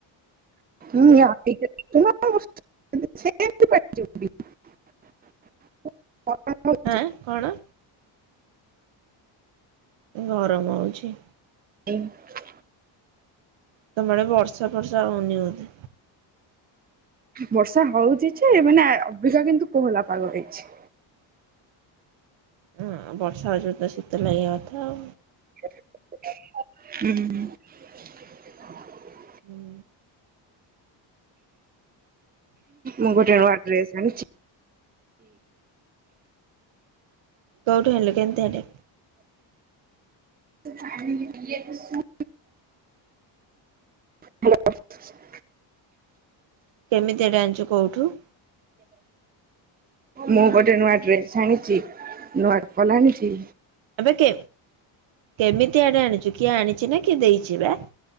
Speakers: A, on the right; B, on the right.
A: <unintelligible> <inaudible>
B: ହାଁ କଣ? ଗରମ ହୋଉଛି।
A: ଏଇଁ
B: ତମ ଆଡେ ବର୍ଷା ଫର୍ଷା ହୋଉନି ବୋଧେ?
A: ବର୍ଷା ହୋଉଚି ଯେ ମାନେ ଆ ଅବିକା କିନ୍ତୁ କୋହଲା ପାଗ ହେଇଛି।
B: ଉଁ ବର୍ଷା ହୋଉଚି ତତେ ଶୀତ ଲାଗିବା କଥା ଆଉ।
A: ଉଁଉଁଉଁ।
B: ହୁଁ।
A: ମୁଁ ଗୋଟେ ନୂଆ ଡ୍ରେସ ଆଣିଚି।
B: କୋଉଠୁ ଆଣିଲୁ କେମତିଆଟେ?
A: <unintelligible> <unintelligible>
B: କେମିତି ଆଟେ ଆଣିଛୁ କୋଉଠୁ?
A: ମୁଁ ଗୋଟେ ନୂଆ ଡ୍ରେସ୍ ଆଣିଛି ନୂଆ ଚପଲ ଆଣିଛି।
B: ଏବେ କେ କେମିତି ଆଡେ ଆଣିଛୁ କିଏ ଆଣିଛି ନା କିଏ ଦେଇଛି ବା?